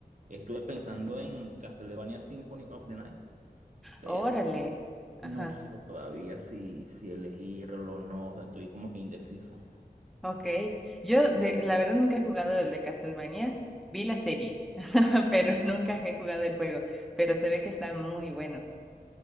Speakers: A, on the right; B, in the centre.
A: Estuve pensando en Castlevania Symphony of the Night, pero
B: órale,
A: no,
B: ajá,
A: no sé todavía si, si elegirlo o no, o sea, estoy como que indeciso.
B: ok. Yo, de, la verdad, nunca he jugado el de Castlevania. Vi la serie, <laughs> pero nunca he jugado el juego, pero se ve que está muy bueno.